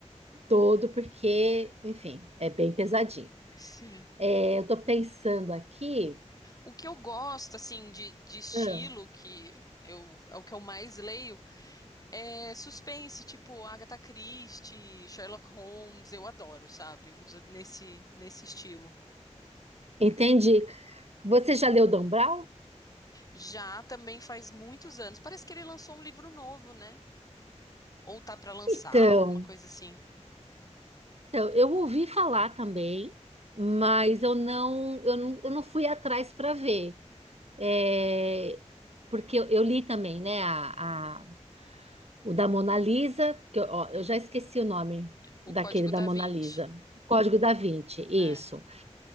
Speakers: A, on the left; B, on the right.
A: É.
B: todo, porque, enfim, é bem pesadinho.
A: Sim.
B: É, eu estou pensando aqui
A: O que eu gosto, assim, de, de estilo,
B: Ah,
A: que eu, é o que eu mais leio, é suspense, tipo Agatha Christie, Sherlock Holmes, eu adoro, sabe? Uns nesse, nesse estilo.
B: entendi. Você já leu Dan Brown?
A: Já também faz muitos anos. Parece que ele lançou um livro novo, né? Ou tá pra lançar,
B: Então,
A: alguma coisa assim.
B: então, eu ouvi falar também, mas eu não, eu não, eu não fui atrás para ver. É, porque eu, eu li também, né, a, a- o da Mona Lisa, que eu, ó, eu
A: Uhum.
B: já esqueci o nome
A: O
B: daquele
A: Código da
B: da Mona
A: Vinci.
B: Lisa. Código da Vinci,
A: É.
B: isso.